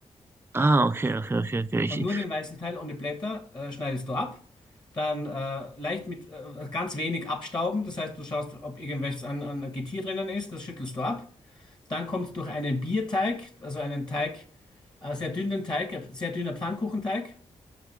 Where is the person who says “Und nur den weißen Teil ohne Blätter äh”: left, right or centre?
Left